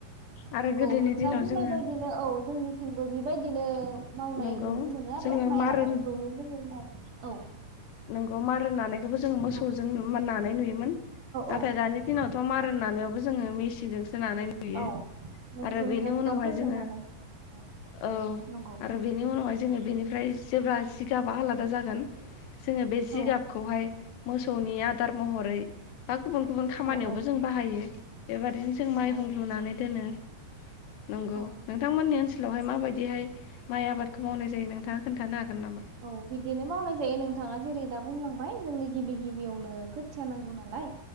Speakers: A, on the left (about 75°); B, on the right (about 60°).
A: आरो
B: नंगौ
A: गोदोनि
B: नोंथां
A: दिनाव
B: बुंनाय
A: जोङो
B: बायदिनो औ जोंनिथिंबो बेबायदिनो मावनाय
A: नंगौ
B: नुनो मोनो आरो
A: जोङो
B: माइ
A: मारोन
B: आबादखौनो जोङो मावो। औ
A: नोंगौ मारा नानाय। खौबो जों मोसौजों
B: औ
A: मान नांनाय नुयोमोन नाथाय
B: औ
A: दानि दिनावथ' मारन
B: औ
A: नानायावबो जों मिचिन बिजोंस सोनारनाय नुयो
B: औ मेचिन
A: आरो बेनि
B: ट्रेक्टरफोरजों
A: उनावहाय जोङो
B: नानाय औ
A: औ
B: नंगौ
A: आरो बेनि उनावहाय जोङो बेनिफ्राय जेब्ला सिगाबा आलादा जागोन। जोङो बे जिगाबखौहाय
B: औ
A: मोसौनि आदार महरै बा गुबुन गुबुन खामानियावबो
B: औ औ
A: जों बाहायो। बेबदिनो जों
B: नंगौ
A: माइहुं
B: नंगौ
A: लुनानै दोनो। नंगौ
B: औ
A: नोंथांमोननि ओनस सोलावहाय माबायदिहाय माइ आबादखौ मावनाय जायो नोंथाङा खोन्थाना हागोन नामा
B: औ बिदिनो मावनाय जायो नों थाङा जेरै दा बुंलांबाय जोंनो गिबि गिबियावनो खोथिया नांगौ नालाय